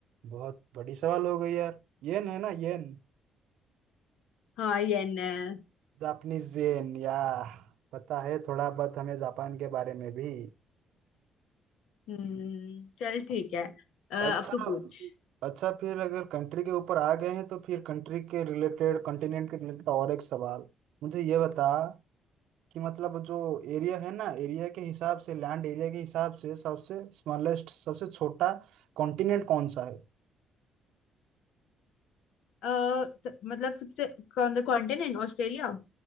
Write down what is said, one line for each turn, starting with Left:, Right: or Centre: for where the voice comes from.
Right: बहुत बड़ी सवाल हो गई यार येन है ना येन
Left: हाँ येन है
Right: जापानीज येन या पता है थोड़ा बहुत हमें जापान के बारे में भी
Left: हम्म चल ठीक है अ,
Right: अच्छा
Left: अब तू पूछ
Right: अच्छा फिर अगर कंट्री के ऊपर आ गए हैं तो फिर कंट्री के रिलेटेड कॉन्टिनेंट के रिलेटेड और एक सवाल मुझे ये बता कि मतलब जो एरिया है ना एरिया के हिसाब से लैंड एरिया के हिसाब से सबसे स्मॉलेस्ट सबसे छोटा कॉन्टिनेंट कौन सा है
Left: अ, त- मतलब सबसे कौन सा कॉन्टिनेंट ऑस्ट्रेलिया